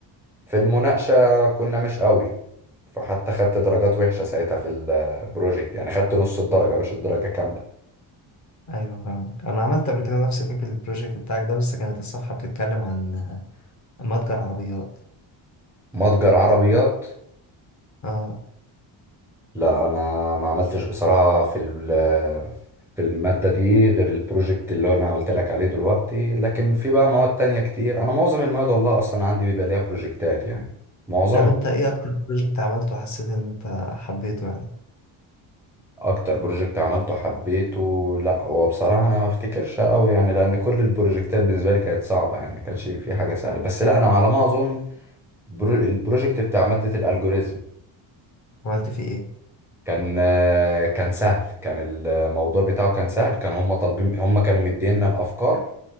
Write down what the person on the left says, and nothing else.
أيوة فاهمك أنا عملت قبل كده نفس فكرة البروجكت بتاعك ده بس كانت الصفحة بتتكلم عن آه، متجر عربيات
آه
طب أنت إيه أكتر بروجكت عملته وحسيت إن أنت حبيته يعني؟
عملت فيه إيه؟